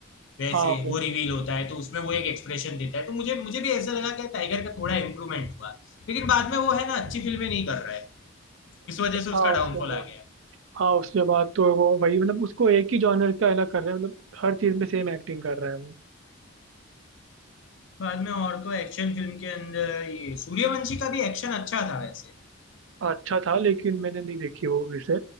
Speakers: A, on the left; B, on the right.
A: वैसे
B: हाँ
A: वो रिवील होता है तो उसमें वो एक एक्सप्रेशन देता है तो मुझे मुझे भी ऐसा लगा कि टाइगर का थोड़ा इम्प्रूवमेंट हुआ लेकिन बाद में वो है ना अच्छी फिल्में नहीं कर रहा है इस वजह से उसका
B: हाँ उसके
A: डाउनफॉल
B: बाद
A: आ गया
B: हाँ उसके बाद तो वो वही मतलब उसको एक ही जॉनर का है ना कर रहे हैं मतलब हर चीज में सेम एक्टिंग कर रहा है वो
A: बाद में और तो एक्शन फिल्म के अंदर ये सूर्यवंशी का भी एक्शन अच्छा था वैसे
B: अच्छा था लेकिन मैंने नहीं देखी वो इसे